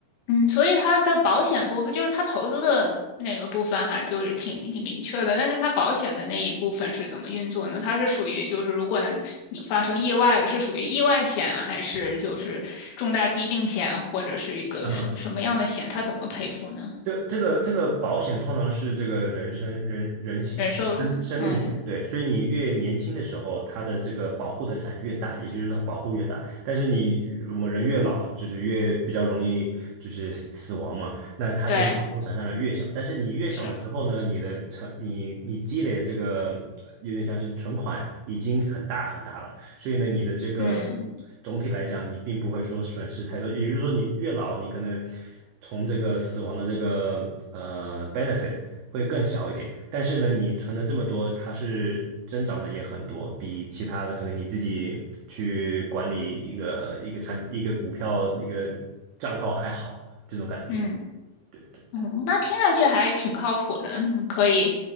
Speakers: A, on the left; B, on the right.
A: 嗯，所以它的保险部分就是它投资的那个部分，还就是挺挺明确的。但是它保险的那一部分是怎么运作呢？它是属于就是如果呢你发生意外了，是属于意外险啊还是就是重大疾病险，或者是一个什么什么样的险？
B: 嗯。
A: 它怎么赔付呢？
B: 这这个这个保险通常是这个人身人人险，
A: 人寿什么？
B: 就是生生命险，
A: 嗯，
B: 对，所以你越年轻的时候，它的这个保护的伞越大，也就是说保护越大。但是你我们人越老，就是越比较容易就是死死亡嘛，那它这个保护伞当然越小。
A: 对，
B: 但是你越小的时候呢，
A: 是，
B: 你的成你你积累的这个有点像是存款已经很大很大了。所以呢，你的这个
A: 嗯
B: 总体来讲，你并不会说损失太多。也就是说，你越老，你可能从这个死亡的这个呃 benefit 会更小一点。但是呢，你存了这么多，它是增长的也很多，比其他的可能你自己去管理一个一个产一个股票一个账号还好，这种感觉。
A: 嗯。
B: 对对对，
A: 嗯，那听上去还挺靠谱的，你可以